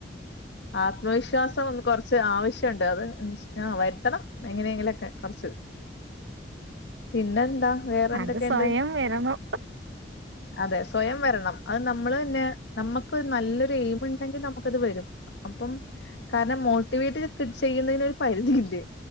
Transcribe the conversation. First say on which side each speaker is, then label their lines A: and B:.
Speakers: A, on the left; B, on the right.
A: ആത്മവിശ്വാസം ഒന്ന് കൊറച്ച് ആവശ്യണ്ട്. അത് ആഹ് വര്ത്തണം എങ്ങനെങ്കിലൊക്കെ കൊറച്ച് പിന്നെന്താ വേറെ
B: അത്
A: എന്തൊക്കെണ്ട്
B: സ്വയം വരണം
A: അതെ സ്വയം വരണം അത് നമ്മള് തന്നെ നമ്മക്കൊരു നല്ലൊരു എയിംമ്ണ്ടെങ്കി നമ്മക്കത് വരും അപ്പം കാരണം മോട്ടിവേറ്റ് ചെയ്യുന്നതിനൊരു പരിധിയില്ലേ